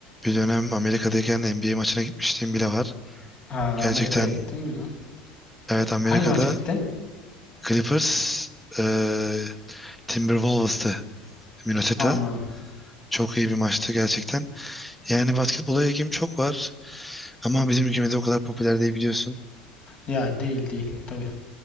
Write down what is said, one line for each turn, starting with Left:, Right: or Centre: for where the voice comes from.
Centre: bir dönem Amerika'dayken NBA maçına gitmişliğim bile var.
Left: Ha,
Centre: Gerçekten
Left: Amerika'ya gittin, güzel.
Centre: evet Amerika'da
Left: Hangi maça gittin?
Centre: Clippers e, Timberwolves'tı Minnesota.
Left: Anladım.
Centre: Çok iyi bir maçtı gerçekten. Yani basketbola ilgim çok var ama bizim ülkemizde o kadar popüler değil biliyorsun.
Left: Ya değil değil. Tabii